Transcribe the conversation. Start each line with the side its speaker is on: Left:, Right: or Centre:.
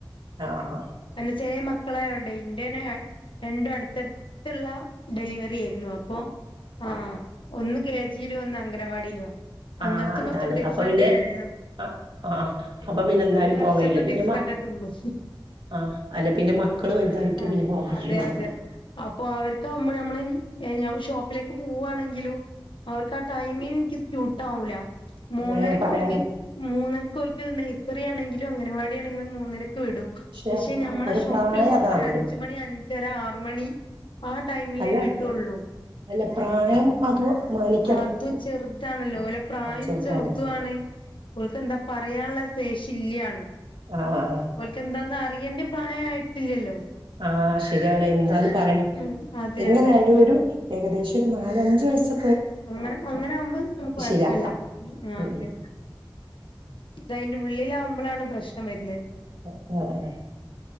Right: ആ ആ ആ
Left: പിന്നെ ചെറ്യേ മക്കളായൊണ്ടേ ഇന്റെണ് രണ്ടും അടുത്തട് ത്ത്ള്ള ഡെലിവറി ഏയ്ര്ന്നു. അപ്പോ ആ ഒന്ന് കേ ജീലു ഒന്ന് അംഗനവാടിയിലുവാ
Right: ആഹ്
Left: ഇങ്ങനത്തും
Right: അതാണ്
Left: ഡിഫറന്റേ
Right: അപ്പ പിന്നെ
Left: ഉള്ളൂ
Right: ആഹ് ആഹ് അപ്പ പിന്നെ എന്തായാലും
Left: ഒരു വർഷത്തെ
Right: പോകാൻ കഴിയില്ല പിന്നെ
Left: ഡിഫറന്റേ
Right: മ
Left: ഉള്ളൂ
Right: ആഹ് അല്ല പിന്നെ മക്കള് വല്തായിട്ട്
Left: ആഹ്
Right: പിന്നെ പോകാൻ പറ്റൂ
Left: അതെ
Right: <unintelligible>
Left: അതെ അപ്പൊ അവർക്കാവുമ്പ ഞമ്മള് ഞ ഷോപ്പിലേക്ക് പോവ്വാണെങ്കിലും അവർക്ക് ആ ടൈമിംഗ് നിക്ക് സ്യൂട്ടാവൂല മൂന്നരക്ക്
Right: ഏ പറയാണ്ടോ
Left: ഓല്ക്ക്‌ മൂന്നരക്ക് ഓൽക്ക് നെയ്സറി ആണെങ്കിലും അംഗനവാടി ആണെങ്കിലും മൂന്നരക്ക് വിടും.
Right: പക്ഷെ
Left: പഷേ ഞമ്മളെ
Right: ഒരു
Left: ഷോപ്പില്
Right: പ്രായം
Left: പോകുമ്പോ
Right: അതാണല്ലോ
Left: ഒര് അഞ്ച്മണി അ ഒര് ആറ്മണി ആ ടൈമിലേ
Right: അല്ല
Left: വിടൊള്ളൂ.
Right: അല്ല പ്രായം അതുക് മാനി
Left: നാത്തൂൻ ചെറുതാണല്ലോ ഓലെ പ്രായം
Right: ചെറുതാണല്ലേ
Left: ചെറ്തുംആണ്. ഓൽക്കെന്താ പറയാള്ള ശേഷി ഇല്ല്യാണും
Right: ആഹ് ആഹ്
Left: ഓല്ക്കെന്താന്ന് അറിയണ്ട പ്രായ ആയ്ട്ടില്ലല്ലോ.
Right: ആഹ് ശെരിയാണ് എന്താന്ന് പറയണേ
Left: ഉം അതെ
Right: എങ്ങനൊയാലും
Left: അതെ
Right: ഒരു ഏകദേശം ഒര് നാലഞ്ച് വയസ്സൊ
Left: അങ്ങനെ അങ്ങനെ ആക്മ്പ ഞമ്മക്ക് കൊഴപ്പല്ല
Right: ശരിയാക്കാം
Left: ആ
Right: ഉം
Left: ഓക്കെ
Right: ഉം
Left: ഇതയ്ന്റെ ഉള്ളിലാക്മ്പളാണ് പ്രശ്നം വര്ന്ന്.
Right: ആഹ് ആഹ്